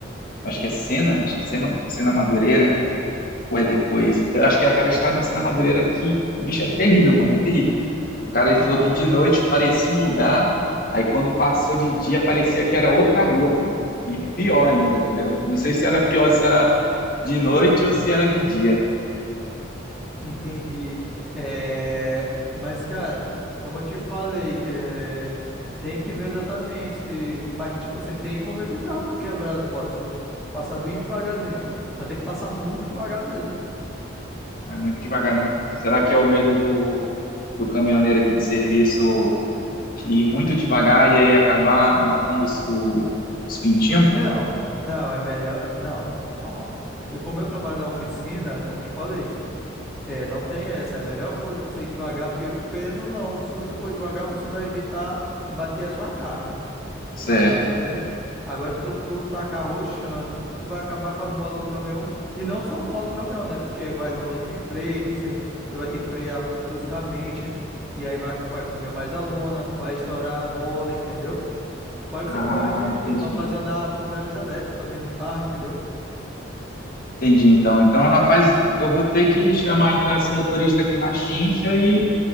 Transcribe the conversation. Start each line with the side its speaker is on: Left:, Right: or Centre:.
Left: acho que é Sena, acho que é Sena, Sena Madureira ou é depois? Eu acho que é aquela estrada de Sena Madureira que, bicho, é terrível, mano, é terrível. O cara ele
Centre: Aham,
Left: falou que de noite parecia um lugar, aí quando passou de dia parecia que era outra rua, pô. E pior ainda, entendeu? Não sei se era pior, se era de noite ou se era de dia.
Centre: entendi. É, mas, cara, como eu te falei, é, tem que ver exatamente se. Mas, tipo assim, tem como evitar para quebrar as molas. Se tu passar bem devagarzinho. Vai ter que passar muito devagar mesmo.
Left: É muito devagar, né? Será que é o medo do, do caminhoneiro aqui de serviço ir muito devagar e aí acabar matando os, o- os pintinhos,
Centre: Não,
Left: pô?
Centre: não, é melhor. Não. Ó, e como eu trabalho na oficina, como eu te falei, é, não tem essa. É a melhor coisa você ir devagar, porque, querendo ou não, se você for devagar, você vai evitar bater a sua carga.
Left: Isso
Centre: Entendeu?
Left: é.
Centre: Então, agora se tu, tu tá carrochando, tu vai acabar com as molas do caminhão. E não só as molas do caminhão, né? Porque aí vai lona de freio, você, você vai ter que frear bruscamente, e aí vai, vai comer mais a lona, vai estourar a mola, entendeu? Fora
Left: Ah,
Centre: que você pode
Left: entendi.
Centre: ocasionar problemas elétricos também no carro, entendeu?
Left: Entendi, então. Então, rapaz, eu vou ter que chamar então esse motorista aqui na chincha e